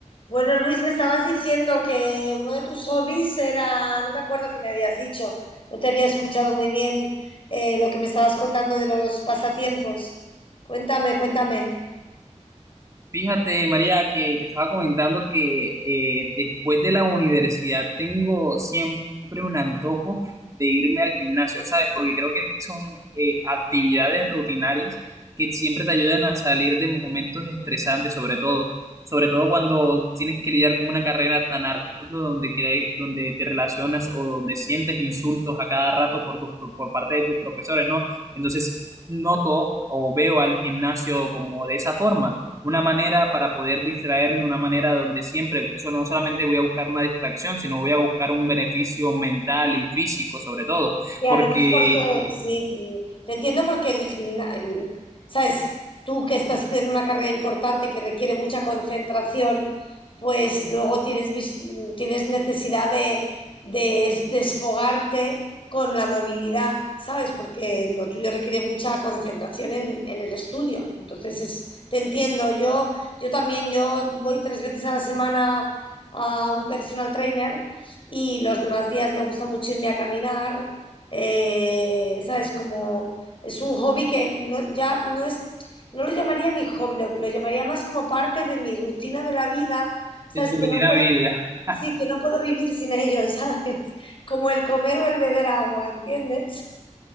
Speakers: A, on the left; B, on the right.
A: Bueno, Luis, me estabas diciendo que uno de tus hobbies era, no me acuerdo qué me habías dicho, no te había escuchado muy bien eh, lo que me estabas contando de los pasatiempos. Cuéntame, cuéntame.
B: Fíjate, María, que te estaba comentando que eh, después de la universidad tengo siempre un antojo de irme al gimnasio, ¿sabes? Porque creo que son eh, actividades rutinarias que siempre te ayudan a salir de momentos estresantes, sobre todo, sobre todo cuando tienes que lidiar con una carrera tan ardua donde, cre- donde te relacionas o donde sientes insultos a cada rato por, tus- por parte de tus profesores, ¿no? Entonces noto o veo al gimnasio como de esa forma una manera para poder distraerme, una manera donde siempre, so- no solamente voy a buscar una distracción, sino voy a buscar un beneficio mental y físico sobre todo,
A: Y
B: porque
A: además porque,
B: eh,
A: sí, mm, te entiendo porque el gimnasio, sabes, tú que estás estudiando una carrera importante que requiere mucha concentración, pues luego tienes, vis- tienes necesidad de, de es- desfogarte con la movilidad, ¿sabes? Porque lo tuyo requiere mucha concentración en, en el estudio. Entonces, es- te entiendo, yo, yo también, yo voy tres veces a la semana a un personal trainer y los demás días me gusta mucho irme a caminar eh, ¿sabes? Como es un hobby que no, ya no es, no lo llamaría mi hobby, lo, lo llamaría más como parte de mi rutina de la vida, ¿sabes?
B: es tu
A: Que
B: rutina
A: no puedo,
B: de vida. <laughs>
A: sí, que no puedo vivir sin ello, <laughs> ¿sabes? Como el comer o el beber agua, ¿entiendes?